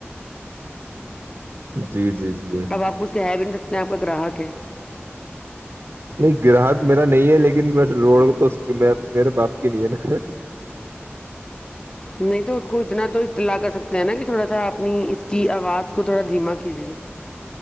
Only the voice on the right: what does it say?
جی جی جی نہیں
نہیں گراہک میرا نہیں ہے لیکن بس روڑ تو میرے باپ کی نہیں ہے نا